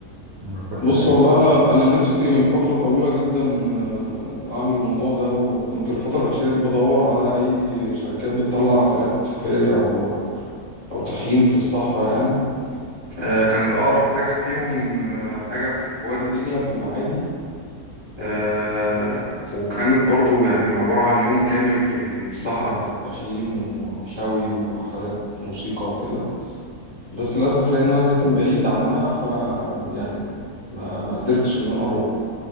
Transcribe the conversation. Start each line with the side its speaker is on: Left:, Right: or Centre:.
Right: عمرك رحت
Left: بص
Right: الحاجات
Left: والله
Right: دي
Left: أنا أنا نفسي من فترة طويلة جدا آه، أعمل الموضوع ده وكنت الفترة الأخيرة دي بدور على أي شركات بتطلع رحلات سفاري أو أو تخييم في الصحراء يعني آه، كانت أقرب حاجة فيهم آه، حاجة في وادي دجلة في المعادي آه وكانت برضو يعني عبارة عن يوم كامل في الصحراء هناك تخييم وشوي وحفلات موسيقى وكده بس للأسف لأن أنا ساكن بعيد عنها ف يعني ما, ما قدرتش إن أنا أروح